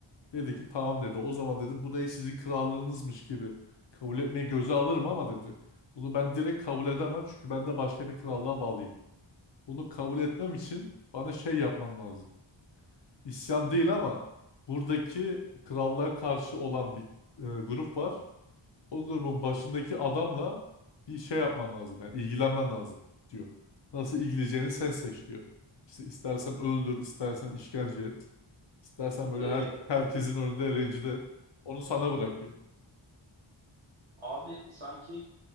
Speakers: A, on the left; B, on the right.
A: Dedi ki tamam dedi. O zaman dedi burayı sizin krallığınızmış gibi kabul etmeyi göze alırım ama dedi. Bunu ben direkt kabul edemem çünkü ben de başka bir krallığa bağlıyım. Bunu kabul etmem için bana şey yapman lazım. İsyan değil ama buradaki krallığa karşı olan bir e, grup var o grubun başındaki adamla bir şey yapman lazım yani ilgilenmen lazım diyor. Nasıl ilgileneceğini sen seç diyor. İşte istersen öldür, istersen işkence et, istersen böyle
B: E,
A: her, herkesin önünde rencide et. Onu sana bırakıyor.
B: abi sanki